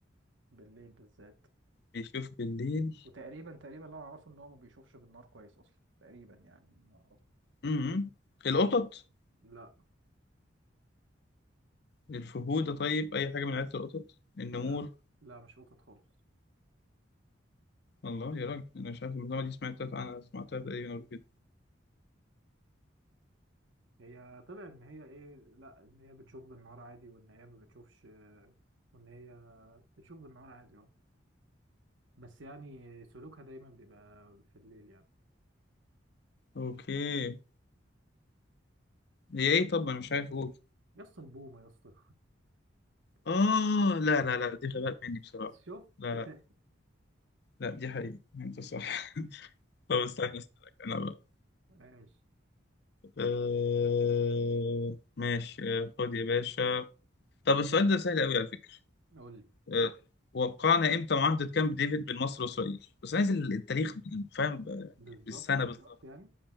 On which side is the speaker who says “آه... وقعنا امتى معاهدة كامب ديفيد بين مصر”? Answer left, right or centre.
Left